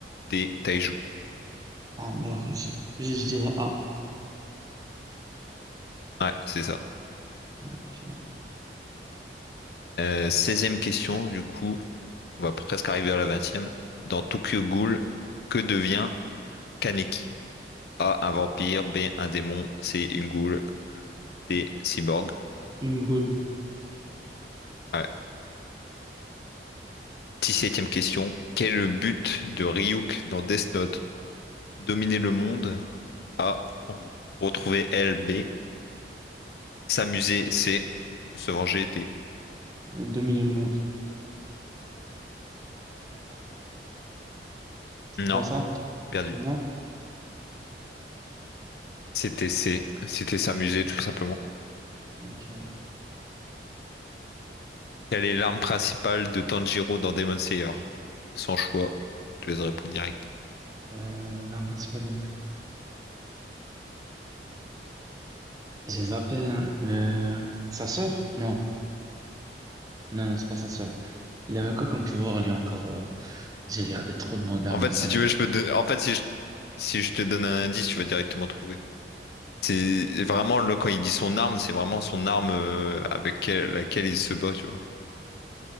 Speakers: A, on the left; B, on the right.
A: D. Taiju.
B: Alors, j'ai- Je, je dirais A.
A: Ouais, c'est ça.
B: Ok.
A: Euh, 16 question, du coup, on va presque arriver à la vingtième. Dans Tokyo Ghoul, que devient Kaneki? A. Un vampire. B. Un démon. C. Une ghoul. D. Cyborg.
B: Une Gaule,
A: Ouais. Dix-septième question. Quel est le but de Ryuk dans Death Note? Dominer le monde. A. R- Retrouver L. B. S'amuser. C. Se venger. D.
B: euh, dominer le monde. c'était pas
A: Non,
B: ça?
A: perdu.
B: Non?
A: C'était C. C'était s'amuser, tout simplement.
B: Ok.
A: Quelle est l'arme principale de Tanjiro dans Demon Slayer? Sans choix. Je te laisse répondre direct.
B: Euh, l'arme principale, j'ai zappé, hein. Euh, sa sœur? Non, non, non, c'est pas sa sœur. Il avait quoi comme pouvoir, lui, encore? euh J'ai regardé trop de mangas,
A: En
B: moi,
A: fait,
B: cette
A: si
B: année.
A: tu veux, je peux te... don- En fait, si je... si je te donne un indice, tu vas directement trouver. C'est vraiment, là, quand il dit son arme, c'est vraiment son arme euh, avec elle- laquelle il se bat, tu vois.